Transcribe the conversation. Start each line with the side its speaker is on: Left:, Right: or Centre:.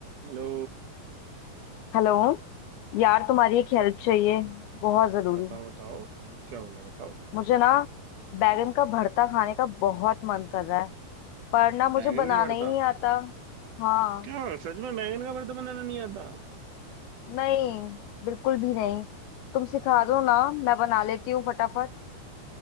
Right: हेलो
Left: Hello यार तुम्हारी एक हेल्प चाहिए बहुत ज़रूरी
Right: बताओ बताओ क्या हो गया बताओ
Left: मुझे ना बैगन का भरता खाने का बहुत मन कर रहा है पर ना
Right: बैंगन
Left: मुझे बनाना
Right: का भरता
Left: ही नहीं आता हाँ
Right: क्या सच में बैंगन का भरता बनाना नहीं आता
Left: नहीं बिल्कुल भी नहीं तुम सिखा दो ना मैं बना लेती हूँ फटाफट